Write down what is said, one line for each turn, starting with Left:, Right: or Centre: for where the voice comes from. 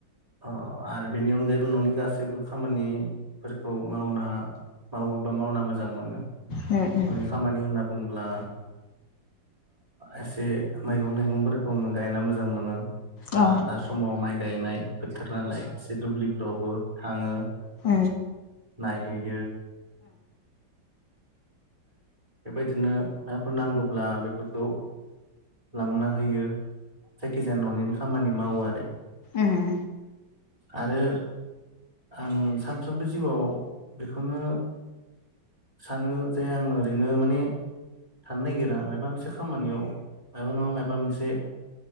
Right: अ आरो बेनि अनगायैबो न'नि गासैबो खामानि औ मावना मावोबा मावना मोन मोजां मोनो
Left: उम
Right: न'नि खामानि होनना बुङोब्ला एसे मैगं थाइगंफोरखौनो गायना मोजां मोनो
Left: उम अ
Right: दा समाव माइ गायनाय बोथोर नालाय एसे दुब्लिफ्रावबो थाङो
Left: उम
Right: <unintelligible> ओमफ्राय बेबायदिनो माफोर नांगोब्ला बेफोरखौ लांना होयो जायखिजाया न'निनो खामानि मावो आरो।
Left: उम।
Right: आरो आं सानफ्रोमबो जिउआव बिखौनो सानो जे आङो ओरैनो माने थानो नागिरा मायबा मोनसे खामानियाव मायबा नङा मायबा मोनसे